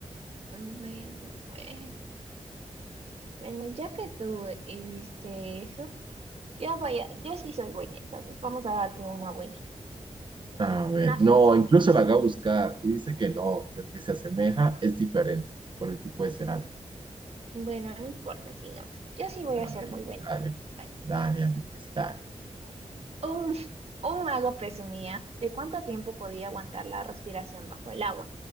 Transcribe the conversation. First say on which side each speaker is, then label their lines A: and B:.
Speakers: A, on the right; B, on the right.
A: Bueno, pues. Bueno, ya que tú hiciste eso. Yo voy a- yo sí soy buena, entonces vamos a darte una buena,
B: A ver,
A: una fácil.
B: no, incluso la haga buscar y dice que no, que aunque se asemeja, es diferente por el tipo de cerámica.
A: Mm, Bueno, no importa, sigamos. Yo sí voy
B: A
A: a ser
B: ver,
A: muy buena.
B: dale,
A: A ver,
B: dale, dale, pues dale.
A: a ver. Un, un mago presumía de cuánto tiempo podía aguantar la respiración bajo el agua.